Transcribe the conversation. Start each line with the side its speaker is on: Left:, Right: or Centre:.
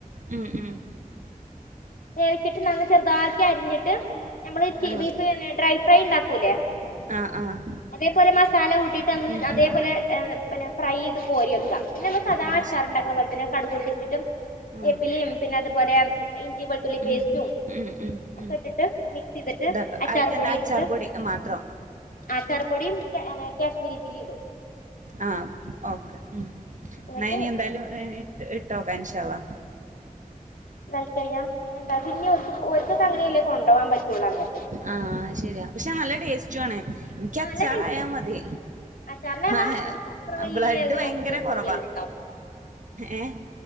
Right: ഉം ഉം
Left: വേവിച്ചിട്ട് നന്ന ചെറുതാക്കി അരിഞ്ഞിട്ട് നമ്മള് ക്കി
Right: ആഹ്
Left: വീ ട്രെെഫ്രൈണ്ടാക്കൂലെ
Right: ആഹ് ആഹ്
Left: അതേപോലെ മസാല കൂ ട്ടിട്ടന്ന്
Right: ഉം
Left: അതേപോലെ
Right: ഉം
Left: പന്നെ ഫ്രൈ യെയ്ത് കോരി വെക്ക പിന്നെ നമ്മൾ സദാ
Right: ആഹ്
Left: അച്ചാറിണ്ടാക്ക്ണ
Right: ശരി
Left: പോൽത്തന്നെ കടുകൊട്ടിച്ചിട്ടും
Right: ആഹ്
Left: വേപ്പിലിം പിന്നെ അതുപോലെ ഇഞ്ചി വെൾ ത്തുള്ളി പേസ്റ്റും
Right: ഉം ഉം ഉം
Left: ഒക്കെ
Right: ഉം
Left: ഇട്ടിട്ട് മിക്സെയ്തിട്ട്
Right: ഇതാക്ക
Left: അച്ചാറ്
Right: അയിക്കെന്താ
Left: പൊടി
Right: അച്ചാർ
Left: ഇട്ടിട്ട് അഹ്
Right: പൊടി മാത്രം
Left: അച്ചാറുപ്പൊടീം കാനെ കെ കാശ്മീരിചില്ലിടും
Right: ആഹ് ഓക്കെ ഉം
Left: എന്നിട്ട്
Right: എന്നായിനി എന്തായാലും ഇ ഇട്ടോക്കാം ഇൻശാള്ളാ
Left: ണ്ടാക്കി കയ്ഞ്ഞാ പിന്നെന്ത പിന്നിം ഓര്ക്കൊക്കെ ഓര്ക്കൊക്ക അങ്ങനെയല്ലേ കൊണ്ടവാം പറ്റൊള്ളൂ അങ്ങട്ട്
Right: ആഹ് ശെരിയാ പക്ഷെ നല്ല ടേസ്റ്റും ആണ് ഇൻക്ക്യച്ചാറായാ
Left: ആ നല്ല ടേസ്റ്റാ
Right: മതി
Left: അച്ചാറിന്റെളാ
Right: ആഹ്ഹേ
Left: എനിക്ക് അത്ര വല്യ
Right: ബ്ലഡ്
Left: അതിനോടൊരു
Right: ഭയങ്കര കെറവാ
Left: <unintelligible>
Right: ഏഹ്